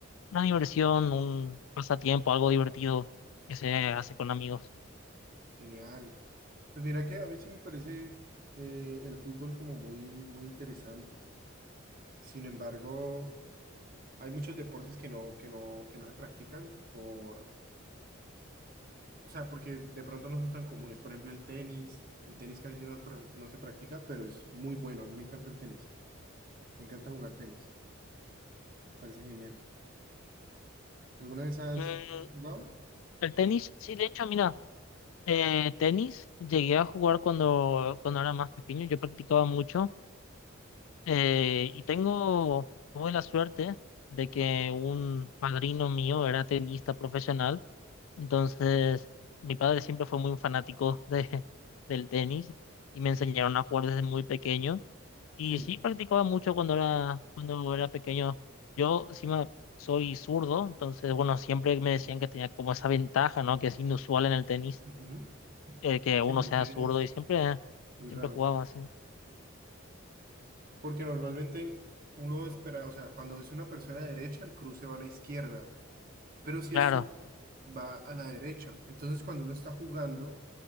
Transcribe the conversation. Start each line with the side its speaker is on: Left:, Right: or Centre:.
Left: una diversión, un pasatiempo, algo divertido que se hace con amigos.
Right: Genial. Pues mira que a mí sí me parece eh, el fútbol como muy, muy interesante. Sin embargo, hay muchos deportes que no, que no, que no se practican por, o sea, porque de pronto no son tan comunes. Por ejemplo, el tenis, el tenis casi no, pra- no se practica, pero es muy bueno. A mí me encanta el tenis. Me encanta jugar tenis. Parece genial. ¿Alguna de esas
Left: Mm,
Right: has jugado?
Left: el tenis, sí, de hecho, mira, eh, tenis llegué a jugar cuando, cuando era más pequeño. Yo practicaba mucho eh, y tengo, tuve la suerte de que un padrino mío era tenista profesional Entonces, mi padre siempre fue muy fanático de, del tenis y me enseñaron a jugar desde muy pequeño. Y
Right: Sí.
Left: sí practicaba mucho cuando era, cuando era pequeño. Yo encima soy zurdo, entonces, bueno, siempre me decían que tenía como esa ventaja, ¿no? Que es inusual en el tenis,
Right: Ujú.
Left: eh, que
Right: Sí,
Left: uno
Right: el
Left: sea
Right: tenis
Left: zurdo y siempre,
Right: es
Left: siempre
Right: raro.
Left: jugaba así.
Right: Porque normalmente uno espera, o sea, cuando es una persona de derecha, el cruce va a la izquierda. Pero si
Left: Claro,
Right: es su va a la derecha. Entonces, cuando uno está jugando